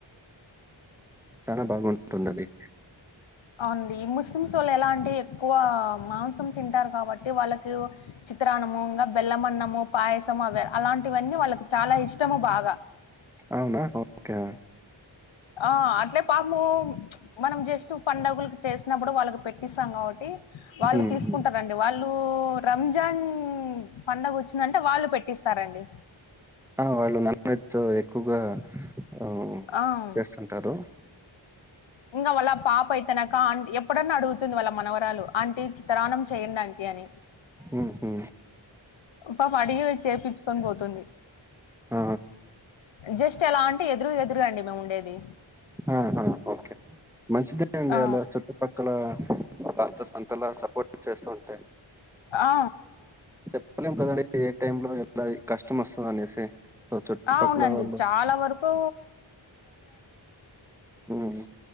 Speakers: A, in the centre; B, on the left.
A: చాన బాగుంటుంది అండి
B: అవునండి ఈ ముస్లిమ్సోళ్ళు ఎలా అంటే ఎక్కువ మాంసం తింటారు కాబట్టి వాళ్ళకు చిత్రానము ఇంకా బెలమన్నము పాయసము అవి అలాంటివన్నీ వాళ్ళకి చాలా ఇష్టము బాగా
A: అవునా ఓకే
B: ఆ అట్లే పాపము చు మనం జస్ట్ పండుగులకు చేసినప్పుడు వాళ్ళకి పెట్టిస్తాం కాబట్టి వాళ్ళు
A: హ్మ్.
B: తీసుకుంటరు
A: హ్మ్.
B: అండి వాళ్ళు రంజాన్ పండగ వచ్చిందంటే వాళ్ళు పెట్టిస్తారండి
A: ఆ వాళ్ళు నాన్ వెజ్ ఎక్కువగా ఆహ్,
B: ఆ ఉ
A: చేస్తుంటారు.
B: ఇంగా వాళ్ళ పాప అయితేనాక ఆన్ ఎప్పుడన్నా అడుగుతుంది వాళ్ళ మనవరాలు ఆంటీ జి తరాణం చేయండి ఆంటీ అని
A: ఉహు
B: పాపం అడిగి చేపిచ్చుకొని బోతుంది
A: ఆ
B: జస్ట్ ఎలా అంటే ఎదురు ఎదురు అండీ మేము ఉండేది
A: ఆహ ఓకే మంచిదే అండి
B: ఆ
A: అలా చుట్టుపక్ క్కలా అంత అంతలా సపోర్ట్ చేస్తూ ఉంటే
B: ఆ
A: చెప్పలేం కదండి ఏ టైంలో ఎట్లా ఈకష్టం వస్తదనేసి సో చుట్ట
B: ఆ
A: పక్కల
B: అవునండి
A: వాళ్ళు
B: చాలా వరకు
A: ఉమ్